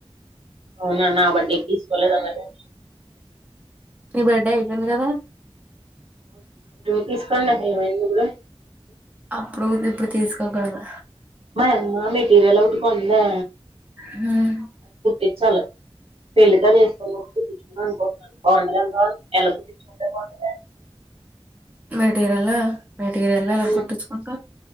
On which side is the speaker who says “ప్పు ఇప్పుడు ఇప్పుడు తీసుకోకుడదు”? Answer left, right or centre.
Right